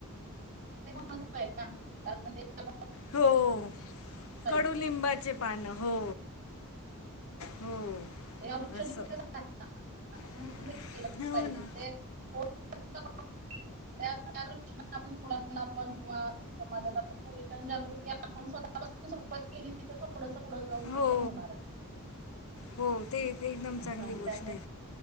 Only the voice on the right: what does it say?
महत्व आहे ना, कारण ते आपण
पाहिजे
ते औषधी
कसं आहे ना, आता
म्हणून ते केलं पाहिजे
ते <unintelligible> त्या दृष्टीन आपण मुलांना पण किंवा समाजात आपण कुल्टान जागृती आपण स्वतःपासून सुरवात केलीत थोडसं पुढं जाऊन ते
पण होणारच.
असं
त्यामुळे